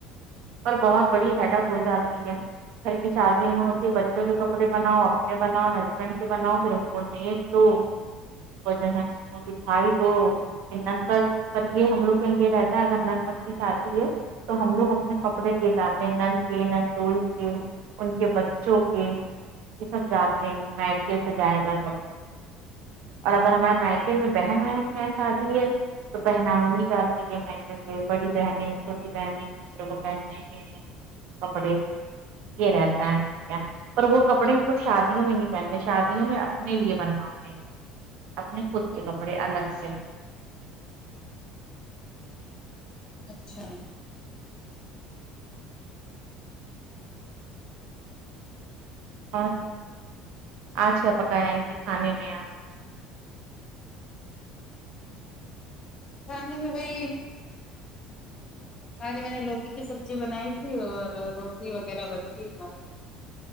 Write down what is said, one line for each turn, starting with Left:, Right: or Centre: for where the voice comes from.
Right: پر بہت بڑی ہیڈک ہو جاتی ہے گھر کی شادی میں ہوتی بچوں کے کپڑے بناؤ اپنے بناؤ ہسبینڈ کے بناؤ پھر ان کو نیک تو وجہ ہے ان کی فائل دو نند کا پر یے ہم لوگ کے لیے رہتا ہے اگر نند کی شادی ہے تو ہم لوگ اپنے کپڑے کیے جاتے ہیں نند کے نندوی کے ان کے بچوں کے یے سب جاتے ہیں مائکیے سے جایگا سب اور اگر ہمارے مائکے میں بہن وہن کے یہاں شادی تو پہناؤ نہیں جاتی ہے مائی کے سے بڑی بہنیں چھوٹی بہنیں کچھ بہنوئی کے کپڑے یے رہتا ہے پر وہ کپڑے ہم لوگ شادیوں میں نہیں پہنتے شادیوں میں اپنے لیے بنواتے ہیں اپنے خود کے کپڑے الگ سے
Left: اچھا
Right: اور آج کیا پکایا ہے جی کھانے میں آپ
Left: کھانے میں وہی آج میں نے لوکی کی سبزی بنائی تھی اور روٹی وغیرہ بنتی ہے ہمارے یہاں